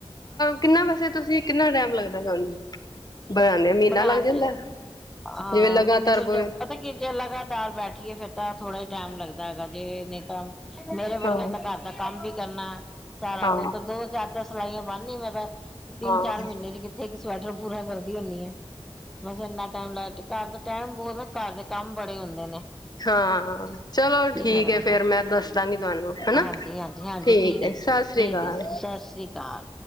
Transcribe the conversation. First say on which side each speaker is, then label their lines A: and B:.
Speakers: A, on the left; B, in the centre.
A: ਕਿੰਨਾ ਵੈਸੇ ਤੁਸੀਂ ਕਿੰਨਾ ਟਾਈਮ ਲੱਗਦਾ ਤੁਹਾਨੂੰ ਬਣਾਦੇ ਮਹੀਨਾ
B: ਬਣਾਉਣ
A: ਲੱਗ ਜਾਂਦਾ
B: ਚ ਹਾਂ
A: ਜਿਵੇਂ ਲਗਾਤਾਰ
B: ਮਹੀਨੇ ਤੋਂ
A: ਬਵੇ
B: ਪਤਾ ਕੀ ਜੇ ਲਗਾਤਾਰ ਬੈਠੀਏ ਫਿਰ ਤਾਂ ਥੋੜ੍ਹਾ ਹੀ ਟਾਈਮ ਲੱਗ- ਗ ਜੇ ਨਹੀ ਤਾਂ ਮੇਰੇ ਵਰਗਿਆਂ
A: ਹਾਂ
B: ਤਾਂ ਘਰ ਦਾ ਕੰਮ ਵੀ ਕਰਨਾ ਸਾਰਾ
A: ਹਾਂ
B: ਫੇਰ ਤੇ ਚੋ ਚਾਰ ਦਸ ਸਿਲਾਈਆਂ ਬਣਨੀ ਮੈਂ ਤਾਂ ਤਿੰਨ
A: ਹਾਂ
B: ਚਾਰ
A: ਹਮ
B: ਮਹੀਨੇ ਚ ਕਿੱਥੇ ਇੱਕ ਸਵੈਟਰ ਪੂਰਾ ਕਰਦਾ ਹੁੰਦੀਏ ਬਸ ਇੰਨਾ ਟਾਈਮ ਲੱਗ ਘਰ ਦਾ ਟਾਈਮ ਬਹੁਤ ਨੇ ਘਰ ਦੇ ਕੰਮ ਬੜੇ ਹੁੰਦੇ ਨੇ
A: ਹਾਂ ਚਲੋ
B: ਕੀ
A: ਠੀਕ
B: ਕਰੇ
A: ਹੈ
B: ਬੰਦਾ
A: ਫੇਰ ਮੈਂ ਦੱਸਦਾਂਗੀ ਤੁਹਾਨੂੰ ਹੈਨਾ
B: ਹਾਂਜੀ ਹਾਂਜੀ ਹਾਂਜੀ
A: ਠੀਕ ਹੈ
B: ਜੀ
A: ਸਤਿ ਸ੍ਰੀ
B: ਠੀਕ
A: ਅਕਾਲ
B: ਹੈ ਸਤਿ ਸ੍ਰੀ ਅਕਾਲ